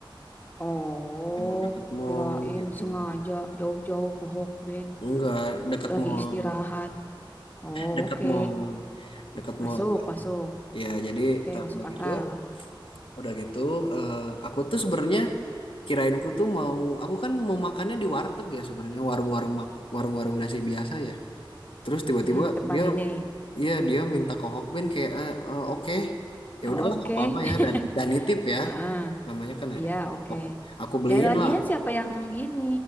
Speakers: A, on the left; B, on the left.
A: Oh,
B: memang deket mall
A: kirain
B: gitu.
A: sengaja jauh-jauh ke Hokben
B: Enggak, deket
A: lagi
B: mall,
A: istirahat. Oh,
B: deket
A: oke.
B: mall, deket
A: Masuk,
B: mall.
A: masuk.
B: Ya, jadi
A: Oke,
B: tak
A: masuk
B: begitu.
A: akal.
B: Udah gitu, eh, aku tuh sebenarnya kirainku tuh mau, aku kan mau makannya di warteg ya sebenarnya warung-warung mak- warung-warung nasi biasa ya. Terus tiba-tiba
A: Mm-mm, depan
B: dia,
A: ini.
B: iya dia minta ke Hokben kayak, eh, eh, oke, ya
A: Oh,
B: udahlah
A: oke.
B: nggak apa-apa ya dan dan nitip
A: <laughs>
B: ya,
A: Heeh.
B: namanya kan
A: Iya,
B: ini.
A: oke.
B: Hok- Aku beliin
A: Ya lagian
B: lah.
A: siapa yang ini?